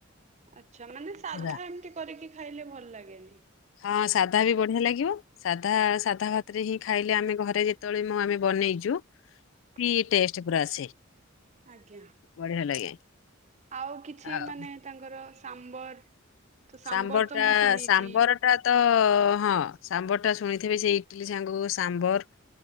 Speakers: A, on the right; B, on the left.
A: ଆଚ୍ଛା ମାନେ ସାଧା
B: ପୁରା
A: ଏମିତି କରିକି ଖାଇଲେ ଭଲ ଲାଗେ। <inaudible>
B: ହଁ ସାଧା ବି ବଢିଆ ଲାଗିବ ସାଧା ସାଧା ଭାତରେ ହିଁ ଖାଇଲେ ଆମେ ଘରେ ଯେତେବେଳେ ମୁଁ ଆମେ ବନେଇଛୁ କି
A: ହୁଁ।
B: ଟେଷ୍ଟ ପୁରା ଆସେ।
A: ଆଜ୍ଞା
B: ବଢିଆ ଲାଗେ
A: ଆଉ କିଛି
B: ଆଉ
A: ମାନେ ତାଙ୍କର ସାମ୍ବର। ତ
B: ସାମ୍ବର
A: ତ
B: ଟା
A: ମୁଁ ଶୁଣିଛି।
B: ସାମ୍ବର ଟା ତ ହଁ। ସାମ୍ବର ଟା ଶୁଣିଥିବେ ସେଇ ଇଟିଲି ସାଙ୍ଗକୁ ସାମ୍ବର।